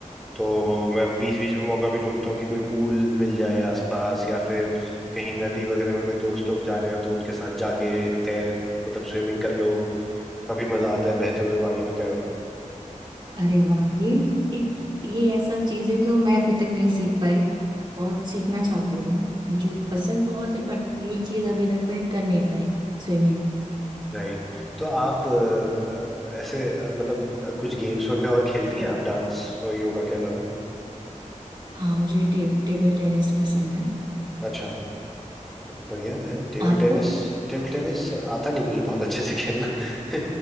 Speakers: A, in the centre; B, on the right (about 35°).
A: तो मैं बीच बीच में मौका भी ढूंढता हूँ कि कोई पूल मिल जाए आसपास या फिर कहीं नदी वगैरह में कोई दोस्त लोग जा रहे हो तो उनके साथ जाके तैर मतलब स्विमिंग कर लो काफ़ी मज़ा आता है बहते हुए पानी में तैरना
B: अरे वाह ये एक ये ऐसा चीज है जो मैं अभी तक नहीं सीख पाई बहुत सीखना चाहती हूँ मैं मुझे पसंद बहुत है बट ये चीज अभी तक मैं कर नहीं पाई स्विमिंग
A: राइट तो आप अ, अ, ऐसे अ, मतलब अ, कुछ गेम्स वगैरह और खेलती हैं आप डांस और योगा के अलावा
B: हाँ मुझे टे, टेबल टेनिस पसंद है
A: अच्छा बढ़िया है टेबल
B: आपको
A: टेनिस टेबल टेनिस आता नहीं मुझे बहुत अच्छे से खेलना <laughs>